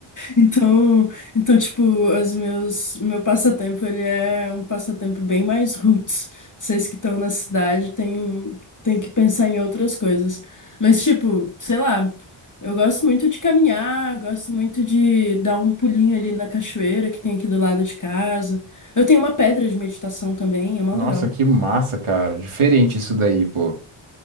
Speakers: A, on the left; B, on the right.
A: Então, então tipo, os meus meu passatempo, ele é um passatempo bem mais roots. Vocês que estão na cidade têm tem que pensar em outras coisas. Mas tipo, sei lá, eu gosto muito de caminhar, gosto muito de dar um pulinho ali na cachoeira que tem aqui do lado de casa. Eu tenho uma pedra de meditação também, é uma
B: Nossa,
A: legal.
B: que massa, cara. Diferente isso daí, pô.